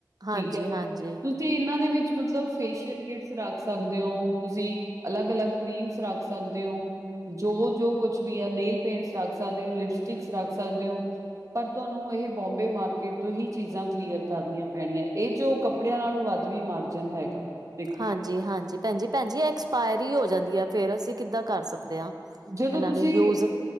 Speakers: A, on the right; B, on the right.
A: ਹਾਂਜੀ
B: ਠੀਕ ਹੈ,
A: ਹਾਂਜੀ
B: ਤੁ ਤੁਸੀਂ ਇਹਨਾਂ ਦੇ ਵਿੱਚ ਮਤਲਬ ਫੇਸ਼ੀਅਲ ਕਿਟਸ ਰੱਖ ਸਕਦੇ ਹੋ, ਤੁਸੀਂ ਅਲੱਗ- ਅਲੱਗ ਕਰੀਮਸ ਰੱਖ ਸਕਦੇ ਹੋ, ਜੋ -ਜੋ ਕੁਛ ਵੀ ਹੈ ਨੇਲ ਪੇਟਸ ਰੱਖ ਸਕਦੇ ਹੋ, ਲਿਪਸਟਿਕਸ ਰੱਖ ਸਕਦੇ ਹੋ। ਪਰ ਤੁਹਾਨੂੰ ਇਹ ਬੋਂਬੇ ਮਾਰਕੀਟ ਤੋਂ ਹੀ ਚੀਜ਼ਾਂ ਕਲੀਅਰ ਕਰਨੀਆਂ ਪੈਣੀਆਂ, ਇਹ ਜੋ ਕਮ ਕੱਪੜਿਆਂ ਨਾਲੋਂ ਵੱਧ ਵੀ ਮਾਰਜਨ ਹੈਗਾ। ਦੇਖੋ।
A: ਹਾਂਜੀ, ਹਾਂਜੀ ਭੈਣਜੀ, ਭੈਣਜੀ ਐਕਸਪਾਇਰ ਹੋ ਜਾਂਦੀ ਆ ਫੇਰ ਅਸੀਂ ਕਿੱਦਾਂ ਕਰ ਸਕਦੇ ਹਾਂ।
B: ਜਦੋਂ
A: ਇਹਨਾਂ
B: ਤੁਸੀਂ,
A: ਨੂੰ ਯੂਜ